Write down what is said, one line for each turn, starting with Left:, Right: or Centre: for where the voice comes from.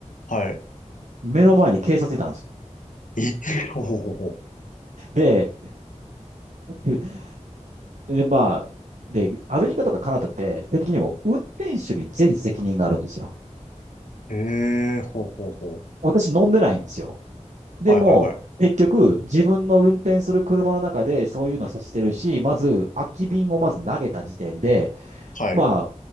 Left: はい。
Right: 目の前に警察いたんです。
Left: え、<laughs> ほうほうほうほ
Right: で、<laughs> で、まあ、で、アメリカとかカナダって、基本的にもう運転手に全責任があるんですよ。
Left: う。えー、ほうほうほう。
Right: 私飲んでないんですよ。でも、
Left: はいはいはい。
Right: 結局、自分の運転する車の中でそういうのさせてるし、まず、空き瓶をまず投げた時点で、
Left: はい。
Right: ま
Left: う